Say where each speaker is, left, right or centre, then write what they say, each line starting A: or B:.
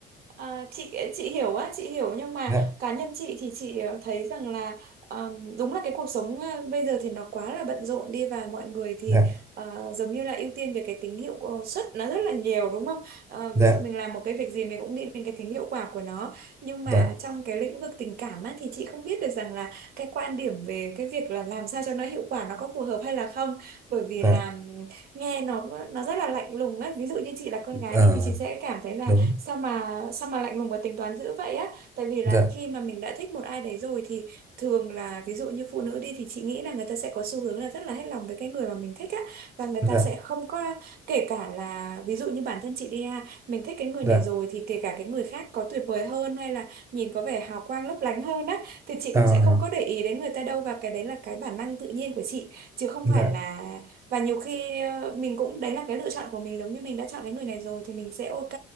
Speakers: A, on the right; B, on the right.
A: À, chị chị hiểu á chị hiểu nhưng mà
B: dạ
A: cá nhân chị thì chị ờ, thấy rằng là ờ, đúng là cái cuộc sống ờ, bây giờ thì nó quá là bận rộn đi và mọi người thì
B: dạ
A: ờ, giống như là ưu tiên về cái tính hiệu ờ, suất nó rất là nhiều đúng không Ờ,
B: dạ
A: ví dụ mình làm một cái việc gì mình cũng nghĩ đến cái tính hiệu quả của nó nhưng
B: dạ
A: mà trong cái lĩnh vực tình cảm á, thì chị không biết được rằng là cái quan điểm về cái việc là làm sao cho nó hiệu quả nó có phù hợp hay là không bởi vì
B: dạ
A: là nghe nó nó rất là lạnh lùng á ví dụ như chị là con gái
B: Ờ,
A: đi thì chị sẽ cảm thấy là
B: đúng
A: sao mà sao mà lạnh lùng và tính toán dữ vậy á tại vì là
B: dạ
A: khi mà mình đã thích một ai đấy rồi thì thường là ví dụ như phụ nữ đi thì chị nghĩ là người ta sẽ có xu hướng là rất là hết lòng với cái người mà mình thích á và người
B: dạ
A: ta sẽ không có kể cả là ví dụ như bản thân chị đi ha mình thích cái người
B: dạ
A: này rồi thì kể cả cái người khác có tuyệt vời hơn hay là nhìn có vẻ hào quang lấp lánh hơn á thì chị
B: à,
A: cũng sẽ không có để ý đến người ta đâu và cái đấy là cái bản năng tự nhiên của chị chứ không
B: dạ
A: phải là và nhiều khi ờ, mình cũng đấy là cái lựa chọn của mình giống như mình đã chọn cái người này rồi thì mình sẽ ok